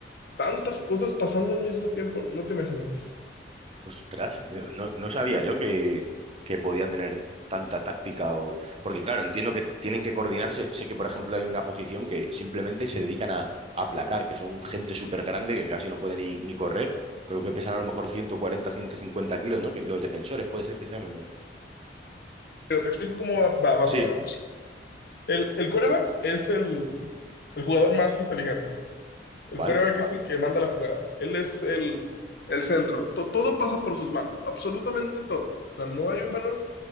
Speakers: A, on the left (about 60°); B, on the right (about 35°).
A: tantas cosas pasando al mismo tiempo, no te imaginas.
B: ostras, no, no sabía yo que, que podía tener tanta táctica o... Porque claro, entiendo que tienen que coordinarse. Sé que, por ejemplo, hay una posición que simplemente se dedican a, a aplacar, que son gente súper grande que casi no puede ni, ni correr, pero que pesan a lo mejor 140, 150 kilos, ¿no? Que los defensores puede ser que se llamen, ¿no?
A: Pero te explico cómo va, va más
B: Sí,
A: o menos. El, el quarterback es el, el jugador más inteligente. El
B: ¿Vale?
A: coreback es el que manda la jugada. Él es el, el centro. To- todo pasa por sus manos, absolutamente todo. O sea, no hay un balón